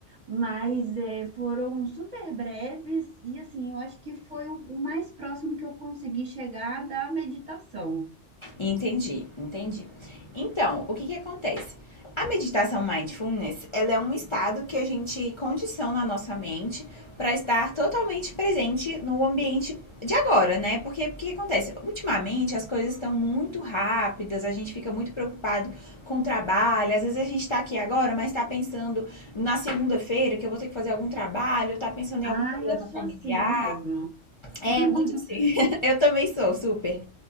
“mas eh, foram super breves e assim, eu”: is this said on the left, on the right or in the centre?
Right